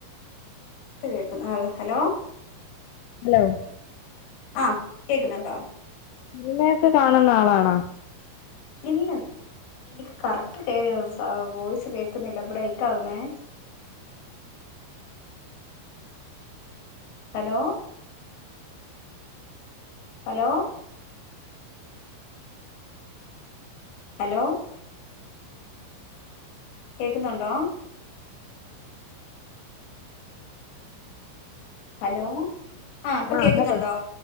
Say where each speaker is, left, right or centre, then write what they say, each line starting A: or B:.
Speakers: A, on the left; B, on the left.
A: കേക്കുന്നു ഹാല് ഹലോ
B: ഹലോ
A: ആഹ് കേക്കുന്നുണ്ടോ
B: സിനിമയൊക്കെ കാണുന്ന ആളാണോ
A: പിന്ന്നെ എനിക്ക് കറക്റ്റ് കയ ആ വോയിസ് കേക്കുന്നില്ല ബ്രെക്കകുന്നെ ഹലോ ഹലോ ഹലോ കേക്കുന്നുണ്ടോ ഹലോ ആ ഇപ്പം
B: ആഹ്
A: കേക്കുന്നുണ്ടോ
B: ഹലോ